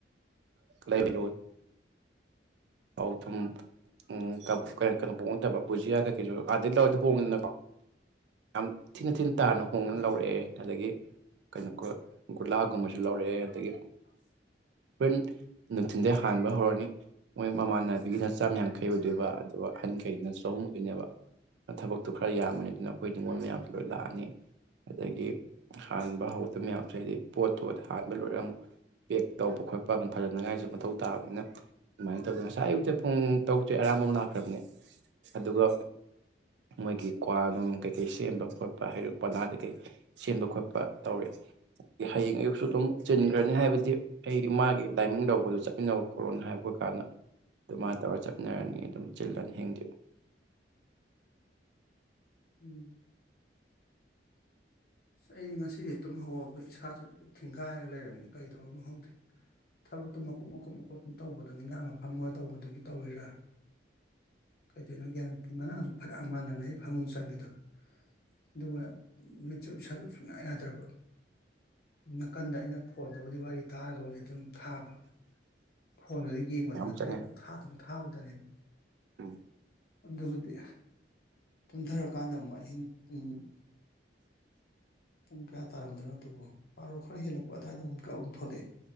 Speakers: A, on the right (about 70°); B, on the left (about 55°).
A: ꯂꯩꯒꯂꯣ ꯊꯥꯎ ꯊꯨꯝ ꯎ ꯀꯞ ꯀꯩꯅꯣ ꯄꯣꯛꯉꯗꯕ ꯕꯨꯖꯤꯌꯥ ꯀꯩ ꯀꯩ ꯁꯨ ꯂꯧꯔꯗꯤ ꯍꯣꯡꯉꯤꯅ ꯌꯥꯝ ꯊꯤꯅ ꯊꯤꯟ ꯇꯥꯅ ꯍꯣꯡꯅ
B: ꯎꯝ
A: ꯂꯧꯔꯛꯑꯦ ꯑꯗꯒꯤ ꯀꯩꯅꯣ ꯒꯨꯂꯥꯒꯨꯝꯕꯁꯨ ꯂꯧꯔꯛꯑꯦ ꯑꯗꯒꯤ
B: <unintelligible>
A: ꯍꯣꯔꯦꯟ ꯅꯨꯡꯊꯤꯟꯗꯩ ꯍꯥꯟꯕ ꯍꯧꯔꯅꯤ ꯃꯣꯏ ꯃꯃꯥꯟꯅꯕꯤꯒꯤꯅ ꯆꯥꯝ ꯌꯥꯡꯈꯩ ꯑꯣꯏꯗꯣꯏꯕ ꯑꯗꯨꯒ ꯑꯍꯟꯈꯩꯅꯁꯨ ꯆꯍꯨꯝꯃꯨꯛꯀꯤꯅꯦꯕ ꯊꯕꯛꯇꯨ ꯈꯔ ꯈꯔ ꯌꯥꯝꯕꯅꯤ ꯑꯗꯨꯅ ꯑꯩꯈꯣꯏ ꯅꯤꯉꯣꯜ ꯃꯌꯥꯝꯁꯨ ꯂꯣꯏ ꯂꯥꯛꯑꯅꯤ ꯑꯗꯒꯤ <inaudible> ꯍꯥꯟꯕ ꯍꯧꯗꯕ ꯃꯌꯥꯝꯁꯦ ꯍꯥꯏꯗꯤ ꯄꯣꯠꯇꯨ ꯍꯥꯟꯕ ꯂꯣꯏꯔ ꯑꯃꯨꯛ ꯄꯦꯛ ꯇꯧꯕ ꯈꯣꯠꯄ ꯑꯃꯨꯛ ꯐꯖꯅꯉꯥꯏꯁꯨ ꯃꯊꯧ ꯇꯥꯕꯅꯤꯅ ꯑꯗꯨꯃꯥꯏꯅ ꯇꯧꯗꯅ ꯉꯁꯥꯏ ꯑꯌꯨꯛꯇꯩ ꯄꯨꯡ ꯇꯔꯨꯛꯇꯩ ꯑꯔꯥꯡꯕꯝ ꯂꯥꯛꯈ꯭ꯔꯕꯅꯤ ꯑꯗꯨꯗꯨꯒ ꯃꯣꯏꯒꯤ ꯀ꯭ꯋꯥ ꯅꯨꯡ ꯀꯩꯀꯩ ꯁꯦꯝꯕ ꯈꯣꯠꯄ ꯍꯩꯔꯨꯛ ꯄꯅꯥ ꯀꯩꯀꯩ ꯁꯦꯝꯕ ꯈꯣꯠꯄ ꯇꯧꯔꯦ ꯍꯌꯦꯡ ꯑꯌꯨꯛꯁꯨ ꯇꯨꯝ ꯆꯤꯟꯒꯔꯅꯤ ꯍꯥꯏꯕꯗꯤ ꯑꯩ ꯃꯥꯒꯤ ꯂꯥꯏꯃꯤꯡ ꯂꯧꯕꯗꯣ ꯆꯠꯃꯤꯟꯅꯧ ꯈꯣꯠꯂꯣꯅ ꯍꯥꯏꯕꯣ ꯀꯥꯟꯅ ꯑꯗꯨꯃꯥꯏꯅ ꯇꯧꯔꯒ ꯆꯠꯅꯔꯅꯤ ꯑꯗꯨꯝ ꯆꯤꯜꯂꯅꯤ ꯍꯌꯦꯡꯗꯤ
B: ꯎꯝ ꯁ ꯑꯩ ꯉꯁꯤꯗꯤ ꯇꯨꯝ ꯍꯧꯒꯄ ꯏꯁꯥꯁꯦ ꯂꯣꯏ ꯊꯤꯡꯒꯥꯏꯔꯒ ꯂꯩꯔꯝꯃꯤ ꯀꯩꯗꯧꯔꯅꯣ ꯈꯪꯗꯦ ꯊꯕꯛꯇꯣ ꯃꯀꯨꯞ ꯃꯀꯨꯞ ꯃꯀꯨꯞ ꯃꯀꯨꯞ ꯇꯧꯕꯗꯣ ꯅꯤꯡꯒꯥꯡꯅ ꯐꯝꯃꯒ ꯇꯧꯕꯗꯨꯒꯤ ꯇꯧꯔꯤꯔꯥ ꯀꯩꯗꯧꯅꯣ ꯒ꯭ꯌꯥꯟ ꯉꯔꯥꯡꯖꯨ ꯐꯅꯌꯥꯝ ꯉꯟꯅꯅꯦ ꯑꯩ ꯐꯃꯨꯡ ꯆꯪꯉꯤꯗꯣ ꯑꯗꯨꯒ ꯎꯏꯁꯤꯜꯂꯨ ꯁꯨꯡꯌꯥ ꯌꯥꯗ꯭ꯔꯕ ꯅꯥꯀꯟꯗ ꯑꯩꯅ ꯐꯣꯟꯗꯕꯨꯗꯤ ꯋꯥꯔꯤ ꯇꯥꯔꯒꯕꯨꯗꯤ ꯑꯗꯨꯝ ꯊꯥꯕ <inaudible> ꯐꯣꯟꯗꯨꯗ ꯌꯦꯡꯕꯗꯤ
A: ꯌꯥꯝ
B: ꯅꯠꯇ꯭ꯔꯦꯕ
A: ꯆꯪꯉꯦ
B: ꯊꯥꯗꯨꯝ ꯊꯥꯕꯗꯅꯦꯕ
A: ꯎꯝ
B: ꯑꯗꯨꯕꯨꯗꯤ ꯇꯨꯝꯊꯔꯛ ꯀꯥꯟꯗ ꯑꯃꯨꯛ ꯑꯍꯤꯡ ꯎ ꯄꯨꯡ ꯀꯌꯥ ꯇꯥꯔꯝꯗꯣꯏꯅꯣ ꯑꯗꯨꯕꯨ ꯄꯥꯔꯣ ꯈꯔ ꯍꯦꯜꯂꯛꯄ ꯑꯗꯨꯗꯥꯋꯥꯏꯗ ꯑꯃꯨꯛ ꯀꯛ ꯑꯃꯨꯛ ꯊꯣꯛꯂꯛꯑꯦ